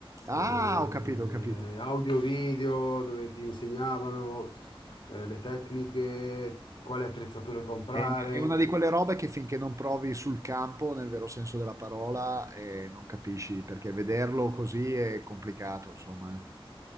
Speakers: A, on the right; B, on the left.
A: Ah,
B: eh,
A: ho capito, ho capito.
B: audio-video, dove ti insegnavano, eh, le tecniche, quali attrezzature comprare.
A: È è una di quelle robe che finché non provi sul campo, nel vero senso della parola, eh, non capisci, perché vederlo così è complicato, insomma. eh.